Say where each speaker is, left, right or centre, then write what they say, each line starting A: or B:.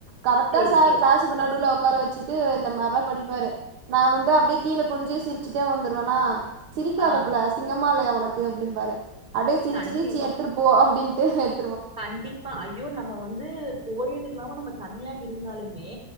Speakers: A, on the right; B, on the right.
A: கரக்ட்டா
B: சேரி
A: சார்
B: சேரி
A: கிளாஸுக்கு நடுவுல உக்கார வச்சிட்டு இந்த மார்லா படிப்பாரு நா வந்து அப்டியே கீழ குனுஞ்சு சிரிச்சுட்டே வந்துருவனா சிரிக்காதப்புல
B: ஆ
A: அசிங்கமா இல்லையா ஒனக் கு அப்டின் பாரு அப்டே சிரிச்
B: கண்டி
A: சிரிச்சு எடுத்துட்டு போ அப்டின்ட்டு எடு
B: கண்டிப்பா ஐயோ நம்ம வந்து கோயிடு இல்லாம நம்ம தனியா இருந்தாலுமே